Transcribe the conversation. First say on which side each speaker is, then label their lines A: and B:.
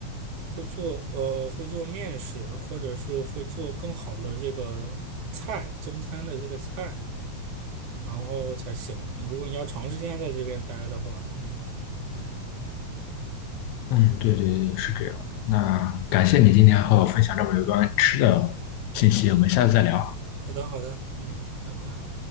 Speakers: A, on the right; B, on the left.
A: 会做呃会做面食，或者是会做更好的这个菜，中餐的这个菜，然后才行。嗯如果你要长时间在这边待的话，嗯嗯，
B: 嗯，对对对，是这样的。那感谢你今天和我分享这么有关吃的信息，我们下次再聊。
A: 好的好的，嗯，拜拜。